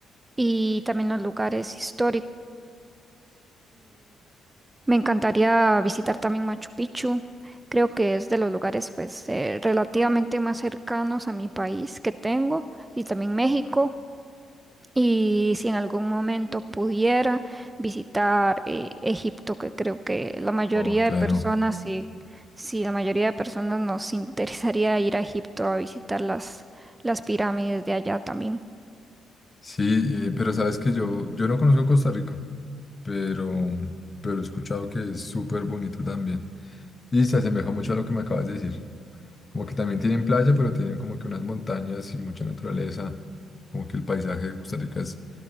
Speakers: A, on the right; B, on the left.
A: y también los lugares históricos. Me encantaría visitar también Machu Picchu. Creo que es de los lugares pues eh, relativamente más cercanos a mi país que tengo y también México. Y si en algún momento pudiera visitar eh, Egipto, que creo que la mayoría
B: Oh, claro.
A: de personas, sí, sí, la mayoría de personas nos <laughs> interesaría ir a Egipto a visitar las, las pirámides de allá también.
B: Sí, eh, pero sabes que yo, yo no conozco Costa Rica, pero, pero he escuchado que es súper bonito también. Y se asemeja mucho a lo que me acabas de decir. Como que también tienen playa, pero tienen como que unas montañas y mucha naturaleza. Como que el paisaje de Costa Rica es